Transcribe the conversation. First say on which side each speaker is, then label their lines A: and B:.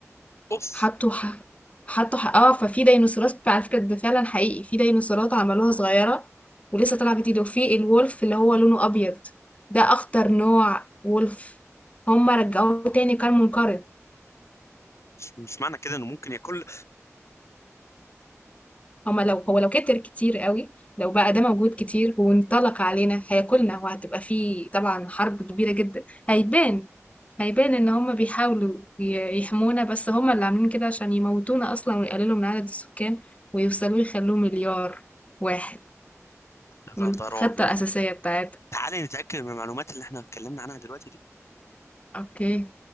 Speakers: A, on the left (about 60°); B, on the left (about 25°).
A: اوف
B: حطوا ح... حطوا ح... اه ففي ديناصورات على فكرة ده فعلا حقيقي في ديناصورات عملوها صغيرة ولسه طالعة جديدة وفي الولف اللي هو لونه أبيض ده أخطر نوع ولف هما رجعوه تاني كان منقرض
A: مش مش معنى كده انه ممكن ياكل
B: هما لو هو لو كتر كتير قوي لو بقى ده موجود كتير وانطلق علينا هياكلنا وهتبقى فيه طبعا حرب كبيرة جدا هيبان هيبان ان هما بيحاولوا ي- يحمونا بس هما اللي عاملين كده عشان يموتونا اصلا ويقللوا من عدد السكان ويوصلوا يخلوه مليار واحد
A: ده
B: من
A: ده
B: الخطة
A: ده رعب
B: الأساسية
A: ده
B: بتاعتها
A: تعالي نتأكد من المعلومات اللي احنا اتكلمنا عنها دلوقتي دي
B: اوكي